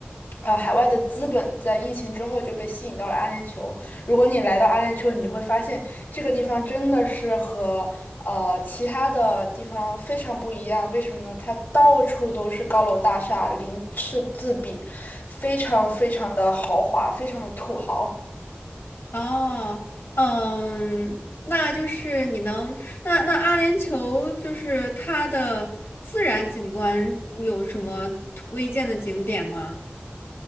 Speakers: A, on the left; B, on the left.
A: 呃，海外的资本在疫情之后就被吸引到了阿联酋，如果你来到阿联酋，你会发现这个地方真的是和呃其他的地方非常不一样。为什么呢？它到处都是高楼大厦，鳞次栉比，非常非常的豪华，非常的土豪。
B: 哦，嗯，那就是你能，那那阿联酋就是它的自然景观有什么推荐的景点吗？